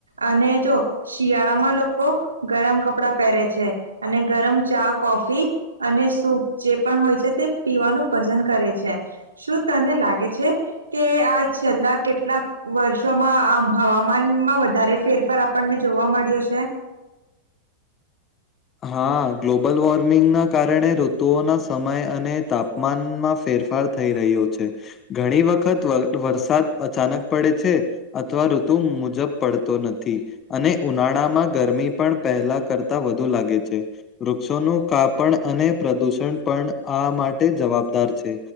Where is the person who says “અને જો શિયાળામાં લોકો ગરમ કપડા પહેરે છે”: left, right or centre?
Right